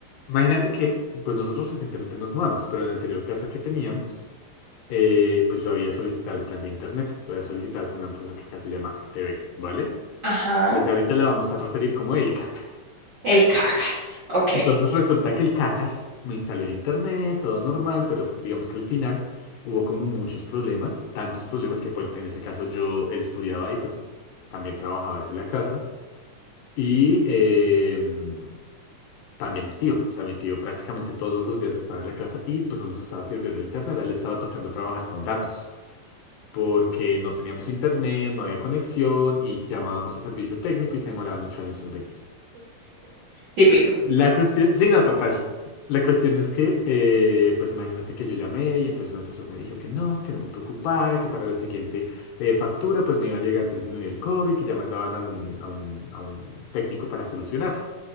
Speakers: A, on the left (about 80°); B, on the right (about 50°).
A: Imagínate que, pues nosotros recientemente nos mudamos, pero en la anterior casa que teníamos, eh, pues yo había solicitado el plan de internet, lo había solicitado con una empresa que acá se llama ETV, ¿vale?
B: Ajá,
A: Desde ahorita la vamos a referir como el Cacas.
B: el cacas. Ok,
A: Entonces resulta que el Cacas me instaló en internet, todo normal, pero digamos que al final hubo como muchos problemas, tantos problemas que, bueno, en ese caso yo estudiaba y pues también trabajaba desde la casa. Y em, también mi tío, o sea, mi tío prácticamente todos los días estaba en la casa y pues no nos estaba sirviendo el internet, a él le estaba tocando trabajar con datos. porque no teníamos internet, no había conexión y llamábamos a servicio técnico y se demoraban ocho años en venir.
B: típico.
A: La cuestión, sí, no, total. La cuestión es que, eh, pues imagínate que yo llamé y entonces un asesor me dijo que no, que no me preocupara, que para la siguiente eh, factura pues me iba a llegar disminuir el cobro y que ya mandaban a un, a un, a un técnico para solucionarlo.